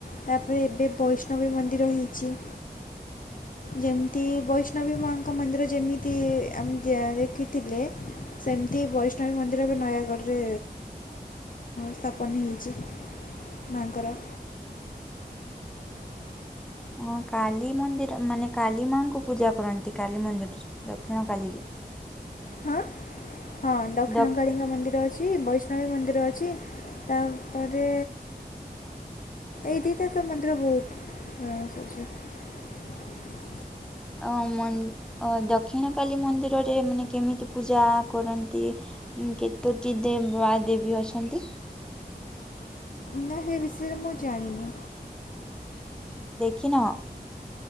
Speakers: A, on the left; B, in the centre.
A: ତା ପରେ ଏବେ ବୈଷ୍ଣବୀ ମନ୍ଦିର ହେଇଚି।
B: <inaudible>
A: ଯେମିତି ବୈଷ୍ଣବୀ ମାଙ୍କ ମନ୍ଦିର ଯେମିତି ଆମ୍ ଯା ଦେଖିଥିଲେ ସେମିତି ବୈଷ୍ଣବୀ ମନ୍ଦିର ବି ନୟାଗଡ଼ରେ ସ୍ଥାପନ ହେଇଚି। ମାଆଙ୍କର।
B: ମା କାଳୀ ମନ୍ଦିର ମାନେ କାଳୀମା ଙ୍କୁ ପୂଜା କରନ୍ତି କାଳୀ ମନ୍ଦିର ଦକ୍ଷିଣ କାଳୀ
A: ହଁ ହଁ ଦକ୍ଷିଣ
B: ଦ
A: କାଳୀ ଙ୍କ ମନ୍ଦିର ଅଛି ବୈଷ୍ <unintelligible> ମନ୍ଦିର ଅଛି ତାପରେ ଏଇ ଦିଟା ତ ମନ୍ଦିର ବହୁତ୍ ହଁ <unintelligible>
B: ଅ ମନ ଦକ୍ଷିଣ କାଳୀ ମନ୍ଦିରରେ ମାନେ କେମିତି ପୂଜା କରନ୍ତି? କେତୋଟି ଦେବା ଦେବୀ ଅଛନ୍ତି?
A: ନାଁ ହେ ବିଷୟରେ ମୁଁ ଜାଣିନି।
B: ଦେଖିନାଁହ?